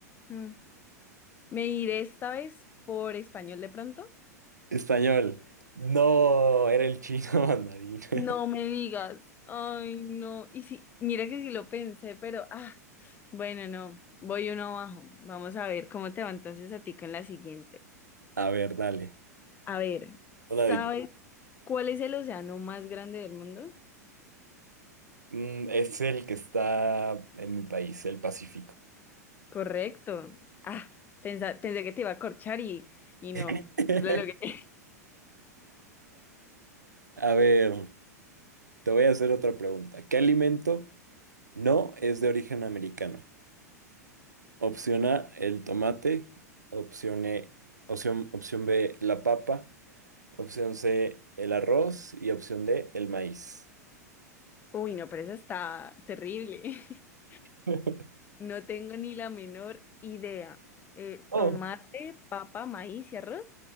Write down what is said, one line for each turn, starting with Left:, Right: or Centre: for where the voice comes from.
Left: mm, me iré esta vez por español de pronto.
Right: Español. No, era el chino mandarín. <laughs>
Left: No me digas. Ay, no. Y sí, mira que sí lo pensé, pero ah, bueno, no. Voy uno abajo. Vamos a ver cómo te va entonces a ti con la siguiente.
Right: A ver, dale.
Left: A ver, ¿sabes
Right: Una de-
Left: cuál es el océano más grande del mundo?
Right: Mm, es el que está en mi país, el Pacífico.
Left: Correcto. Ah, pensa- pensé que te iba a corchar y, y no,
Right: <laughs>
Left: no lo logré. <laughs>
Right: A ver. Te voy a hacer otra pregunta. ¿Qué alimento no es de origen americano? Opción A, el tomate. Opción E- opción, opción B, la papa. Opción C, el arroz. Y opción D, el maíz.
Left: Uy, no, pero esa está terrible. <laughs>
Right: <laughs>
Left: No tengo ni la menor idea. Eh,
Right: Oh,
Left: tomate, papa, maíz y arroz.